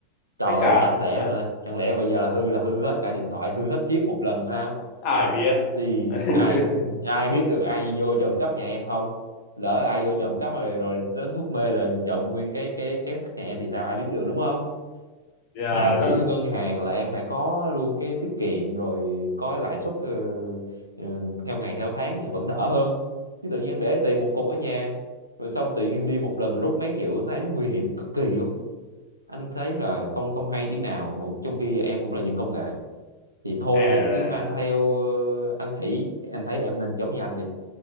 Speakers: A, on the right (about 85°); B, on the left (about 45°).
A: Trời
B: với cả
A: ơi, chẳng lẽ
B: hả?
A: Hằng ơi, chẳng lẽ bây giờ là hư là hư hết cả điện thoại, hư hết chip một lần sao?
B: ai biết
A: Thì
B: <laughs>
A: ai ai biết được ai vô trộm cắp nhà em không? Lỡ ai vô trộm cắp rồi rồi đến thuốc mê là trộm nguyên cái cái két sắt nhà em thì sao ai biết được đúng không?
B: giờ
A: Thà gửi
B: nó
A: vô ngân hàng là em phải có luôn cái tiết kiệm rồi có lãi suất ờ, ờ, theo ngày theo tháng thì vẫn đỡ hơn. Chứ tự nhiên em để tiền một cục ở nhà rồi xong tự nhiên đi một lần rút mấy triệu nó thấy nguy hiểm cực kỳ luôn anh thấy là không không hay tí nào mà trong khi em cũng là dân công nghệ thì thôi
B: à,
A: thì cứ mang theo ờ, anh thấy anh thấy em nên giống như anh đi